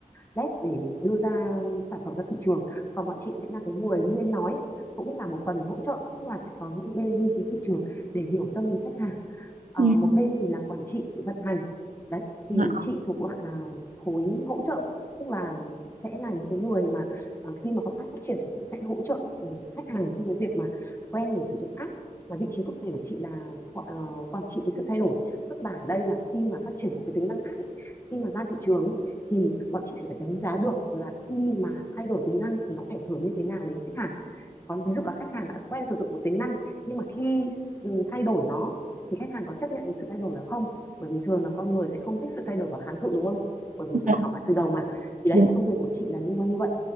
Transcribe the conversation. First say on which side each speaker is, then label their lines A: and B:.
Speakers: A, on the left; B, on the right.
A: dev để đưa ra sản phẩm ra thị trường. Còn bọn chị sẽ là cái người như anh nói ấy, cũng là một phần hỗ trợ tức là sẽ có những bên nghiên cứu thị trường để hiểu tâm lý khách hàng. Ờ,
B: Ừ.
A: một bên thì là quản trị vận hành đấy thì
B: Dạ.
A: chị thuộc loại là khối hỗ trợ tức là sẽ là những cái người mà Ờ, khi mà con app phát triển thì cũng sẽ hỗ trợ ừ, khách hàng trong cái việc mà quen để sử dụng app và vị trí cụ thể của chị là qu- ờ, quản trị cái sự thay đổi tức là ở đây là khi mà phát triển một cái tính năng app ấy, khi mà ra thị trường ấy, thì bọn chị sẽ phải đánh giá được là khi mà thay đổi tính năng thì nó ảnh hưởng như thế nào đến khách hàng còn ví dụ là khách hàng đã quen sử dụng một tính năng nhưng mà khi s- ừ, thay đổi nó thì khách hàng có chấp nhận sự thay đổi đó không bởi vì thường là con người sẽ không thích sự thay đổi và kháng cự đúng không bởi vì
B: Ờ,
A: phải học lại từ đầu mà thì đấy
B: Đúng.
A: công việc của chị là liên quan như vậy